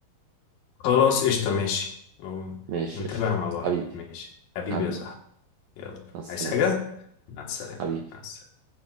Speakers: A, on the left; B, on the right.
A: خلاص قشطه ماشي أو-
B: ماشي
A: نتابع
B: قشطة
A: مع بعض
B: حبيبي
A: ماشي حبيبي
B: حبيبي
A: يا صاحبي يلا
B: مع السلامة
A: عايز حاجه مع السلامه
B: حبيبي
A: مع السلامه